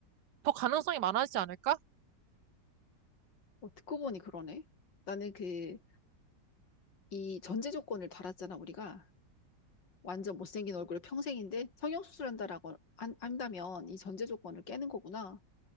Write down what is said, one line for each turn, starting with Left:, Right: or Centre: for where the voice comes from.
Right: 더 가능성이 많아지지 않을까?
Left: 어, 듣고 보니 그러네. 나는 그 이 전제 조건을 달았잖아, 우리가. 완전 못생긴 얼굴을 평생인데 성형수술한다라고 한, 한다면 이 전제 조건을 깨는 거구나.